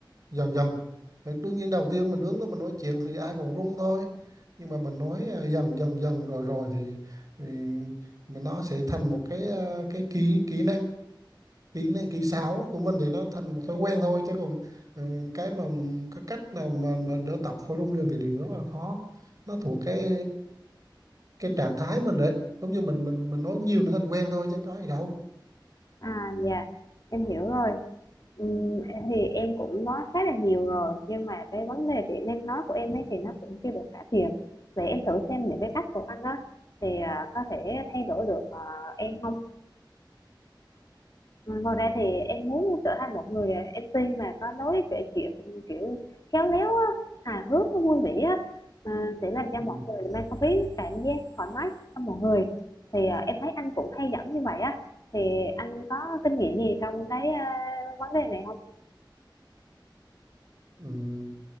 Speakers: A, on the right (about 45°); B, on the left (about 50°).
A: dần dần Thì đương nhiên đầu tiên mình đứng đó mình nói chuyện thì ai cũng run thôi nhưng mà mình nói à, dần dần dần rồi rồi thì, thì mình nó sẽ thành một cái à, cái kỹ kỹ năng kỹ năng kỹ xảo của mình thì nó thành một thói quen thôi chứ còn ừ, cái mà cái cách nào mà, mà đỡ tập khối rung liền thì điều đó là khó nó thuộc cái cái trạng thái mình đấy giống như mình mình mình nói nhiều nó thành quen thôi chứ có gì đâu
B: À dạ, em hiểu rồi. Ừm, thì em cũng nói khá là nhiều rồi nhưng mà cái vấn đề chị năng nói của em ấy thì nó cũng chưa được cải thiện. Vậy em thử xem những cái cách của anh á thì à, có thể thay đổi được à, em không? Ừ, Ngoài ra thì em muốn trở thành một người à, MC mà có lối kể chuyện kiểu khéo léo á, hài hước nó vui vẻ á, à, sẽ làm cho
A: ừ.
B: mọi người mang không khí cảm giác thoải mái trong mọi người. Thì à, em thấy anh cũng hay dẫn như vậy á, thì anh có kinh nghiệm gì trong cái à, vấn đề này không?
A: Ừ.